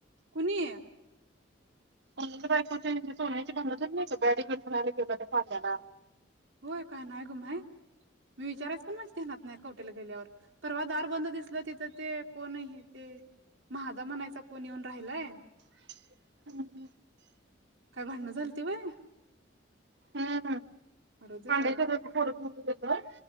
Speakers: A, on the right (about 75°); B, on the right (about 60°).
A: कुणी?
B: पनूची बायकोची आणि सोन्याची भांडण झाली नाही का बॅट बॉल खेळायला गेली पाल्याला
A: होय काय नाही ग माहित, मी विचारायच पण माझ्या ध्यानात नाही कवटेला गेल्यावर. परवा दार बंद. दिसल तिथं ते कोण हाय की ते महादा म्हणायचा कोण येऊन राहिलाय.
B: <unintelligible>
A: काय भांडणं झालीती व्हय?
B: हम्म हम्म
A: अरे देवा!
B: पांड्याच्या हातात पोर खुश होतात. काय?